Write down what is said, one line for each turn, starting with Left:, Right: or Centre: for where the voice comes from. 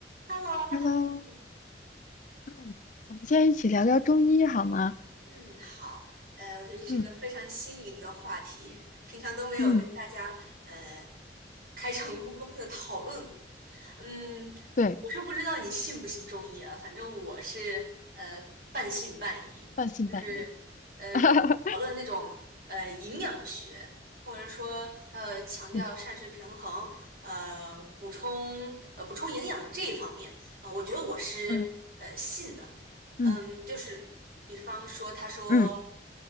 Right: Hello，好久不见。
Left: Hello，嗯，我们现在一起聊聊中医好吗？
Right: 嗯，好，呃，我觉得这是个非常新颖的话题，
Left: 嗯
Right: 平常都没有跟大家呃
Left: 嗯，
Right: 开诚布公的讨论过。嗯，
Left: 对，
Right: 我是不知道你信不信中医啊，反正我是呃半信半疑，
Left: 半信半疑。
Right: 就是呃，
Left: <laughs>
Right: 如果讨论那种呃营养学，或者说要强调膳食平衡，
Left: 嗯
Right: 呃，补充呃补充营养这一方面，啊、呃我觉得我是呃信的。
Left: 嗯嗯
Right: 嗯，就是比方说，他说，
Left: 嗯